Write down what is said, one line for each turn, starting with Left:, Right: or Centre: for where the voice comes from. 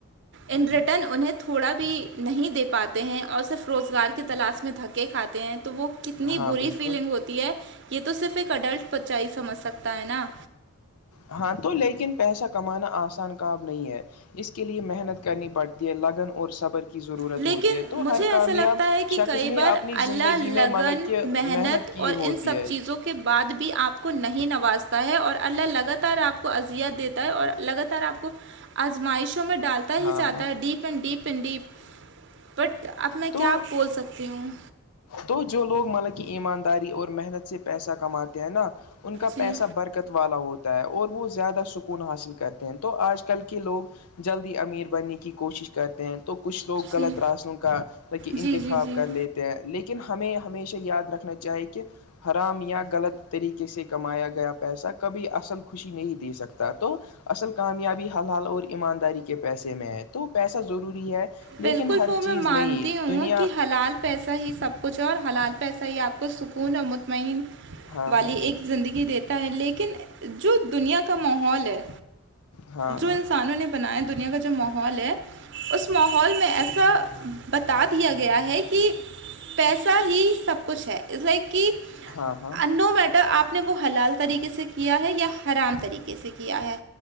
Right: ان ریٹرن انہیں تھوڑا بھی نہیں دے پاتے ہیں اور صرف روزگار کے تلاش میں دھکے کھاتے ہیں تو وہ کتنی
Left: ہاں
Right: بری
Left: بالکل
Right: فیلنگ ہوتی ہے یہ تو صرف ایک اڈلٹ بچہ ہی سمجھ سکتا ہے نا
Left: ہاں تو لیکن پیسہ کمانا آسان کام نہیں ہے اس کے لیے محنت کرنی پڑتی لگن اور صبر کی ضرورت
Right: لیکن
Left: ہوتی ہے تو
Right: مجھے
Left: ہر کامیاب
Right: ایسا لگتا ہے کہ
Left: شخص
Right: کئی
Left: نے
Right: بار
Left: اپنی
Right: اللہ
Left: زندگی
Right: لگن
Left: میں مطلب کہ محنت کی
Right: اور
Left: ہوتی
Right: ان سب
Left: ہے
Right: چیزوں بعد بھی آپ کو نہیں نوازتا ہے اور اللہ لگاتار آپ کو ازیت دیتا ہے اور لگاتار آپ کو آزمائشوں میں ڈالتا
Left: ہاں
Right: ہی جاتا
Left: ہاں
Right: ہے deep and deep and deep but اب میں
Left: تو
Right: کیا بول سکتی ہوں
Left: تو جو لوگ مطلب کہ ایمانداری اور محنت سے پیسہ کما ان کا
Right: جی
Left: پیسہ برکت والا ہوتا ہے اور وہ زیادہ سکون حاصل کرتے ہیں تو آج کل کہ لوگ جلدی امیر بننے کی کوشش کرتے ہیں تو کچھ لوگ غلط
Right: جی
Left: راستوں کا انتخاب
Right: جی جی جی
Left: کر لیتے ہیں لیکن لیکن ہمیں ہمیشہ یاد رکھنا چاہیے کہ حرام یا غلط طریقے سے کمایا گیا پیسہ کبھی اصل خوشی نہیں دے سکتا تو اصل کامیابی حلال اور ایمانداری کے پیسے میں ہے تو پیسہ ضروری ہے
Right: بلکل
Left: لیکن ہر
Right: وہ
Left: چیز
Right: میں مانتی
Left: نہیں
Right: ہوں
Left: دنیا
Right: کہ حلال پیسہ ہی سب کچھ اور حلال پیسہ ہی آپ کو سکون اور مطمئن
Left: ہاں
Right: والی ایک زندگی دیتا ہے لیکن جو دنیا کا ماحول ہے
Left: ہاں
Right: جو انسانوں نے بنایا دنیا کا جو ماحول ہے اس میں ماحول میں ایسا بتا دیا گیا ہے کہ پیسہ ہی سب کچھ ہے از لائک کہ
Left: ہاں ہاں
Right: نو میٹر آپ وہ ہلال طریقے سے کیا ہے یا حرام طریقے سے کیا ہے